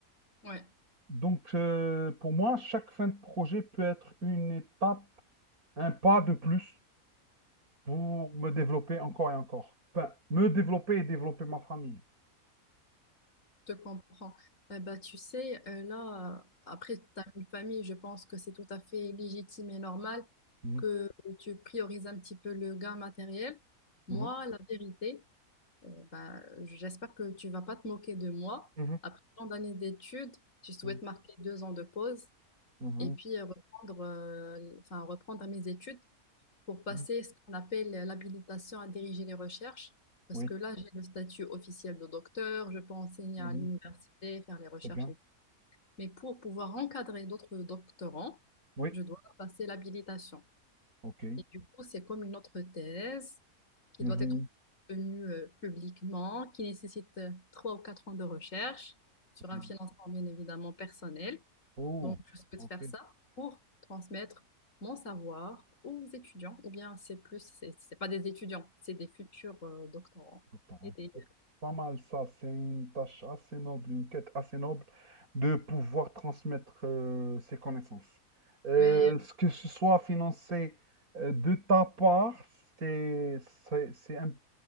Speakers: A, on the left; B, on the right.
A: Ouais,
B: Donc, euh, pour moi, chaque fin de projet peut être une étape, un pas de plus pour me développer encore et encore. Enfin, me développer et développer ma famille.
A: je te, te comprends. Eh ben, tu sais, euh, là, euh, après, tu as une famille, je pense que c'est tout à fait légitime et normal
B: Mhm,
A: que tu priorises un petit peu le gain matériel.
B: mhm,
A: Moi, la vérité, Euh, bah, j'espère que tu vas pas te moquer de moi.
B: mhm,
A: Après tant d'années d'études, je souhaite
B: mhm,
A: marquer deux ans de pause
B: mhm,
A: et puis euh, reprendre, euh, enfin, reprendre à mes études pour passer
B: mhm.
A: ce qu'on appelle l'habilitation à diriger les recherches. Parce
B: Oui,
A: que là, j'ai le statut officiel de docteur, je peux enseigner
B: mhm,
A: à l'université, faire les recherches.
B: très bien.
A: et- Mais pour pouvoir encadrer d'autres doctorants,
B: Oui,
A: je dois passer l'habilitation.
B: ok.
A: Et du coup, c'est comme une autre thèse qui
B: Mhm,
A: doit être tenue euh, publiquement, qui nécessite euh, trois ou quatre ans de recherche sur
B: mhm.
A: un financement bien évidemment personnel.
B: Oh,
A: Donc, je souhaite
B: ok.
A: faire ça pour transmettre mon savoir aux étudiants, ou bien c'est plus, c'est c'est pas des étudiants, c'est des futurs euh, doctorants.
B: Bon,
A: Et des-
B: C'est pas mal ça, c'est une tâche assez noble, une quête assez noble de pouvoir transmettre euh, ses connaissances. Euh,
A: Mais,
B: ce que ce soit financé euh, de ta part, c'est, c'est, c'est un-